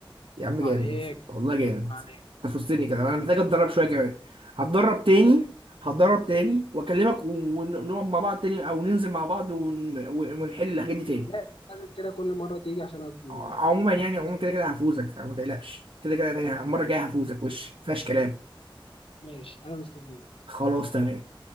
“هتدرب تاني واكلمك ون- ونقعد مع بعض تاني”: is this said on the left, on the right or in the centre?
Right